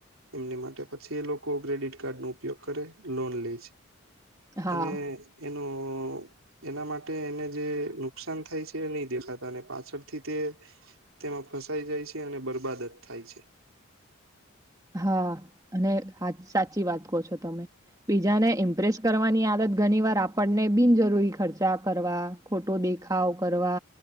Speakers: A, on the right; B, on the right.
A: એમની માટે પછી એ લોકો ક્રેડિટ કાર્ડ ન ઉપયોગ કરે લોન લે છે
B: હા
A: અને એનો એના માટે એને જે નુકસાન થાય છે એ નહી દેખાતા અને પાછળથી તે તેમાં ફસાઈ જાય છે અને બરબાદત થાય છે.
B: હા અને સાચી વાત કહો છો તમે. બીજાને ઇમ્પ્રેસ કરવાની આદત ઘણી વાર આપણને બિનજરૂરી ખર્ચા કરવા ફોટો દેખાવ કરવા